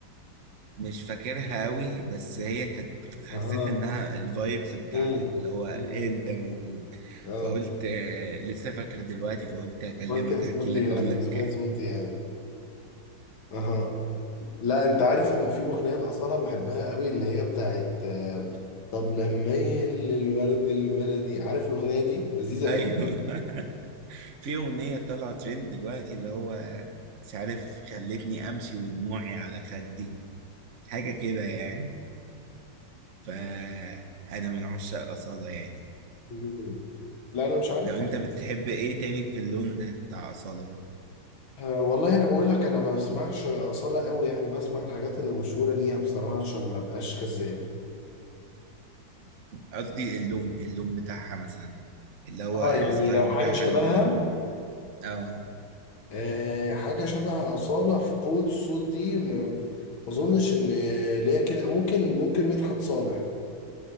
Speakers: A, on the right; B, on the left.
A: مش فاكرها قوي بس هي كانت حسيت
B: اها
A: انها الفايبس بتاعتك
B: امم
A: اللي هو
B: امم
A: انت موجود
B: اه
A: فقلت آه، لسه فاكر دلوقتي فقلت اكلمك
B: قلت تقول
A: احكي لك
B: لي
A: اقول
B: انا
A: لك
B: سمعت
A: آه،
B: صوتي يعني اها لا انت عارف انا في اغنيه لاصاله بحبها قوي اللي هي بتاعت آه، طب لما يل الورد البلدي عارف الاغنيه دي لذيذه
A: ايوه
B: قوي
A: <laughs> في اغنيه طالعه ترند دلوقتي اللي هو مش عارف خلتني امشي ودموعي على خدي حاجه كده يعني فأنا من عشاق أصالة يعني
B: مم. لا انا مش عارفها
A: طب أنت بتحب إيه تاني في اللون ده بتاع أصالة؟
B: أه والله انا بقول لك انا ما بسمعش اصاله قوي يعني بسمع الحاجات اللي مشهوره ليها بصراحه عشان ما ابقاش كذاب
A: قصدي اللون اللون بتاعها مثلا اللي هو
B: اه
A: الستايل
B: اه يعني لو حاجه
A: بتاعها
B: شبهها
A: هي بتغني اه
B: أه حاجه شبه اصاله في قوه الصوت دي ما ما اظنش ان ليا كده ممكن ممكن مدحت صالح